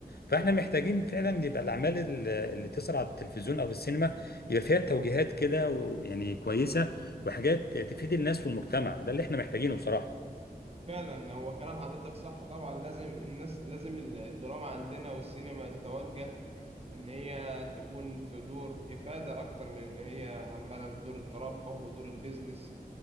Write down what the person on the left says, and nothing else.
فاحنا محتاجين فعلا يبقى الاعمال ال- اللي تظهر على التلفزيون او في السينما يبقى فيها توجيهات كده ويعني كويسه وحاجات تفيد الناس والمجتمع ده اللي احنا محتاجينه بصراحه